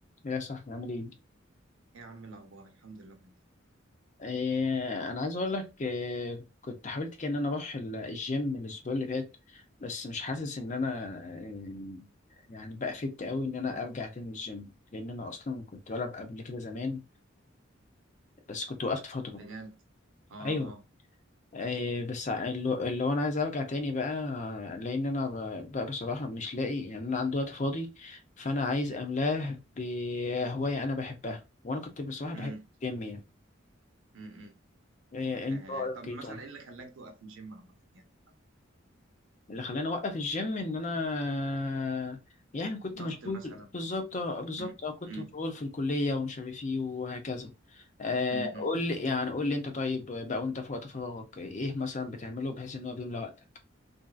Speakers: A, on the left; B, on the right.
A: يا صاحبي عامل ايه؟
B: ايه يا عم الاخبار الحمد لله كله تمام
A: إيه انا عايز اقول لك إيه كنت حاولت كده ان انا اروح ال- الجيم الاسبوع اللي فات بس مش حاسس ان انا إيه يعني بقى فت قوي ان انا ارجع تاني الجيم لان انا اصلا كنت بلعب قبل كده زمان بس كنت وقفت فترة
B: بجد اه
A: ايوه
B: اه
A: إيه بس ع- اللي اللي هو انا عايز ارجع تاني بقى لان انا ب- بقى بصراحة مش لاقي يعني انا عندي وقت فاضي فانا عايز املاه بهواية انا بحبها وانا كنت بصراحة بحب
B: امم
A: الجيم يعني
B: امم
A: إيه انت
B: آه
A: رأيك
B: طب
A: إيه؟
B: مثلا
A: طيب؟
B: ايه اللي خلاك توقف الجيم عامه يعني
A: اللي خلاني اوقف الجيم ان انا يعني كنت
B: ضغط
A: مشغول
B: مثلا
A: بالظبط آه، بالظبط
B: امم
A: اه كنت
B: امم
A: مشغول في الكليه ومش عارف ايه وهكذا آه
B: امم
A: قول لي يعني قول لي انت طيب بقى وانت في وقت فراغك ايه مثلا بتعمله بحيث ان هو بيملى وقتك